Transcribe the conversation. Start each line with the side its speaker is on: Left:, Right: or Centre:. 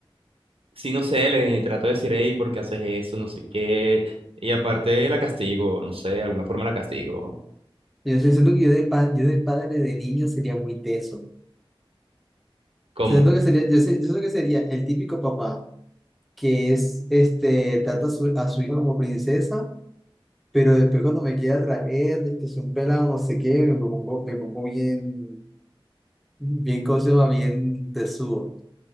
Right: Sí, no sé, le trato de decir, hey, ¿por qué haces eso? No sé qué. Y aparte la castigo, no sé, de alguna forma la castigo.
Centre: Yo sí siento que yo de, pa- yo de padre de niño sería muy teso.
Right: ¿Cómo?
Centre: Siento que sería, yo, sé- yo siento que sería el típico papá que es, este, trata a su, a su hijo como princesa, pero después cuando me quiere atraer, de que es un pelado, no sé qué, me pongo, me pongo bien, bien, ¿cómo se llama? Bien tesudo.